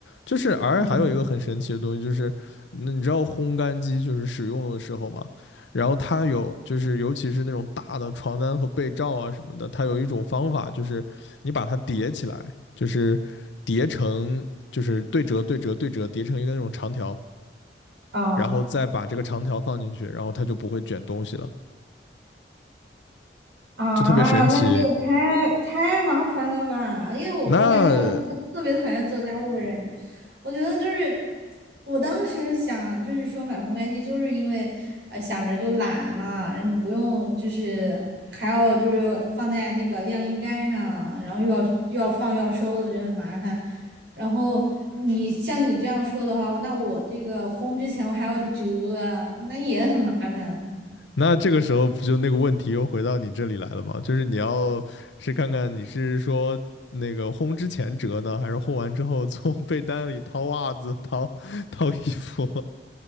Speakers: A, on the left; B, on the right.
A: 就是，而还有一个很神奇的东西，
B: 嗯
A: 就是那你知道烘干机就是使用的时候嘛，然后它有就是尤其是那种大的床单和被罩啊什么的，它有一种方法，就是你把它叠起来，就是叠成就是对折对折对折叠成一个那种长条，
B: 啊。
A: 然后再把这个长条放进去，然后它就不会卷东西了，
B: 啊，
A: 就特别神奇。
B: 那你这个太太麻烦了吧？因为我我感觉我是个特别讨厌做家务的人，
A: 那
B: 我觉得就是我当时想就是说买烘干机，就是因为呃想着就懒嘛，然后就不用就是还要就是放在那个晾衣杆上，然后又要又要放又要收的就很麻烦。然后你像你这样说的话，那我这个烘之前我还要折啊那也很麻烦。
A: 那这个时候不就那个问题又回到你这里来了吗？就是你要是看看你是说那个烘之前折呢，还是烘完之后从被单里掏袜子、掏掏衣服？